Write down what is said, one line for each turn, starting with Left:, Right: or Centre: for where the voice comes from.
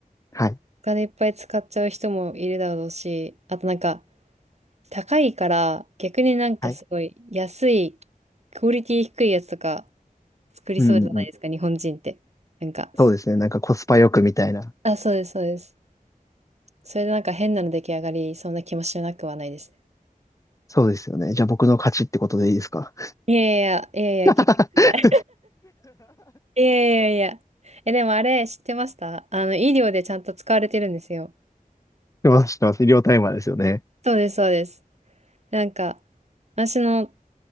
Left: はい。
Right: お金いっぱい使っちゃう人もいるだろうし、あとなんか、高いから、逆になんかすごい安い、
Left: はい。
Right: クオリティ低いやつとか作りそうじゃないですか、
Left: うんうんうん。
Right: 日本人って。なんか、
Left: そうですね。なんかコスパよくみたいな。
Right: あ、そうです、そうです。それでなんか変なの出来上がりそうな気もしなくはないですね。
Left: そうですよね。じゃあ僕の勝ちってことでいいですか
Right: いやいやいや、いやいや、
Left: し <laughs>
Right: 聞いてくださいいやいやいや。え、でもあれ知ってましたあの、医療でちゃんと使われてるんですよ。
Left: てます、<laughs> してます。医療タイマーですよね。
Right: そうです、そうです。なんか、私の